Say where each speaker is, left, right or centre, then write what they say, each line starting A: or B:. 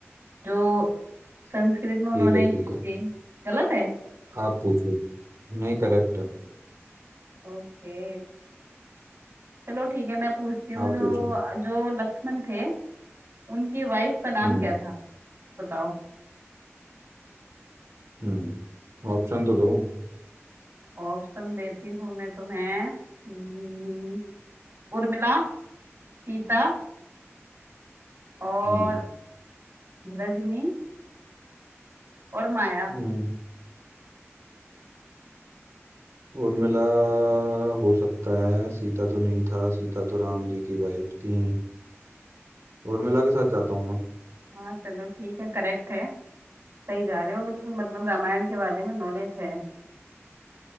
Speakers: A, on the right (about 60°); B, on the right (about 75°).
A: जो संस्कृत में उन्होंने
B: ठीक है ठीक
A: की
B: है
A: थी गलत है
B: आप पूछो नहीं करेक्ट है
A: ओके चलो ठीक है मैं पूछती हूँ
B: आप
A: जो
B: पूछो
A: जो लक्ष्मण थे उनकी वाइफ का नाम
B: हम्म
A: क्या था बताओ
B: हम्म ऑप्शन तो दो
A: ऑप्शन देती हूँ मैं तुम्हें हम्म, उर्मिला सीता और
B: हम्म
A: रजनी और माया
B: हम्म उर्मिला हो सकता है सीता तो नहीं था सीता तो राम जी की वाइफ थी उर्मिला के साथ जाता हूँ मैं
A: हाँ चलो ठीक है करेक्ट है सही जा रहे हो बिल्कुल मतलब रामायण के बारे में नॉलेज है